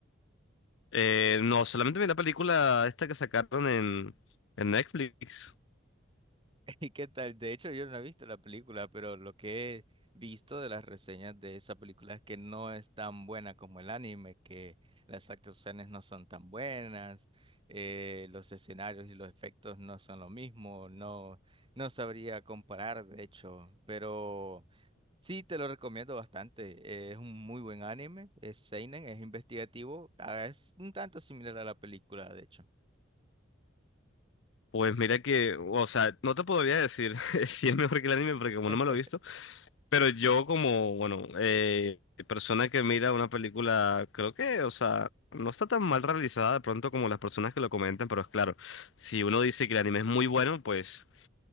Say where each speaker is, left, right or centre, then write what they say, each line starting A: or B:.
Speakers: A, on the left; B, on the right.
A: Eh, no, solamente vi la película esta que sacaron en, en Netflix.
B: ¿Y qué tal? De hecho, yo no he visto la película, pero lo que he visto de las reseñas de esa película es que no es tan buena como el anime, que las actuaciones no son tan buenas, eh, los escenarios y los efectos no son lo mismo, no, no sabría comparar, de hecho, pero sí te lo recomiendo bastante. eh, es un muy buen anime, es seinen, es investigativo, ah, es un tanto similar a la película, de hecho.
A: Pues mira que, o sea, no te podría decir <laughs> si es mejor que el anime porque como
B: <laughs>
A: no me lo he visto, pero yo como, bueno, eh, persona que mira una película, creo que, o sea, no está tan mal realizada de pronto como las personas que lo comentan, pero es claro, si uno dice que el anime es muy bueno, pues